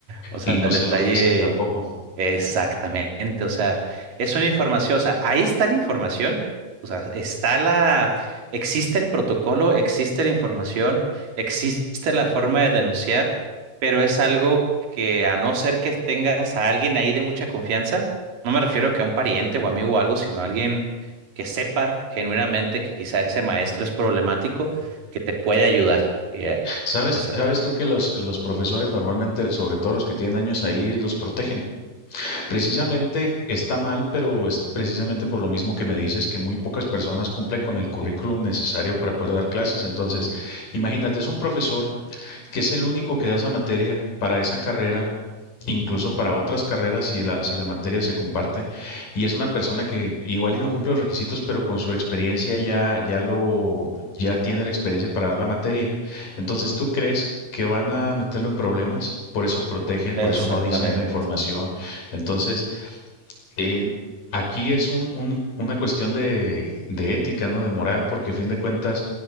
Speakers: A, on the right; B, on the left.
A: O sea,
B: Y no
A: el
B: se
A: detalle.
B: los dicen tampoco.
A: Exactamente, o sea, es una información, o sea, ahí está la información, o sea, está la, existe el protocolo, existe la información, existe la forma de denunciar, pero es algo que a no ser que tengas a alguien ahí de mucha confianza, no me refiero que a un pariente o amigo o algo, sino a alguien que sepa genuinamente que quizá ese maestro es problemático, que te puede ayudar. Y, eh,
B: ¿Sabes,
A: o sea,
B: sabes tú que los, los profesores normalmente, sobre todo los que tienen años ahí, los protegen? Precisamente está mal, pero es precisamente por lo mismo que me dices que muy pocas personas cumplen con el currículum necesario para poder dar clases. Entonces, imagínate, es un profesor que es el único que da esa materia para esa carrera, incluso para otras carreras si la, si la materia se comparte. Y es una persona que igual y no cumple los requisitos, pero con su experiencia ya, ya lo, ya tiene la experiencia para dar la materia. Entonces, ¿tú crees que van a meterlo en problemas? Por eso protegen, por
A: exactamente.
B: eso no dicen la información. Entonces, eh, Aquí es un, un- una cuestión de, de ética, ¿no? De moral, porque a fin de cuentas,